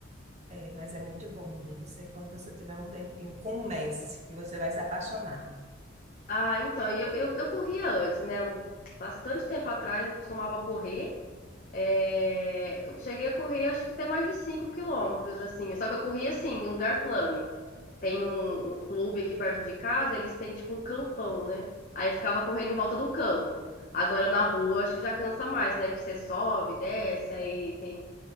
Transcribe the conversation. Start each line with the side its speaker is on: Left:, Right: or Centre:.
Right: é, mas é muito bom, mulher. Você, quando você tiver um tempinho, comece, que você vai se apaixonar.
Left: Ah, então, e eu, eu, eu corria antes, né? Um- Bastante tempo atrás eu costumava correr. É, eu cheguei a correr, acho que até mais de 5 quilômetros, assim. Só que eu corri assim, em lugar plano. Tem um, um clube aqui perto de casa, eles têm tipo um campão, né? Aí eu ficava correndo em volta do campo. Agora na rua, acho que já cansa mais, né? Que você sobe, desce, aí tem,